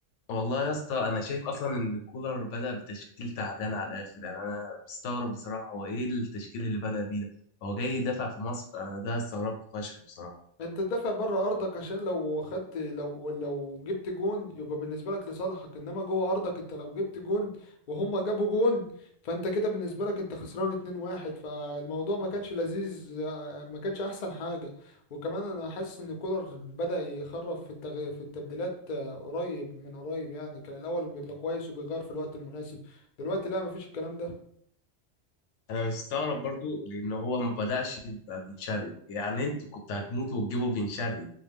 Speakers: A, on the left; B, on the left.
A: والله يا اسطى انا شايف اصلا ان كولر بدأ بتشكيل تعبان على الاخر يعني انا مستغرب بصراحة هو ايه التشكيل اللي بدأ بيه ده هو جاي يدافع في مصر انا ده استغربت فشخ بصراحة
B: انت تدافع بره ارضك عشان لو خدت لو لو جبت جون يبقى بالنسبه لك لصالحك انما جوه ارضك انت لو جبت جون وهم جابوا جون فانت كده بالنسبه لك انت خسران 2-1 فالموضوع ما كانش لذيذ آه، ما كانش احسن حاجه وكمان انا حاسس ان كولر بدأ يخرف في التغ... في التبديلات آه، قريب من قريب يعني كان الاول بيبقى كويس وبيغير في الوقت المناسب دلوقتي لا مفيش الكلام ده
A: انا مستغرب برضو لان هو ما بدأش ببن شرقي يعني انتوا كنتوا هتموتوا وتجيبوا بن شرقي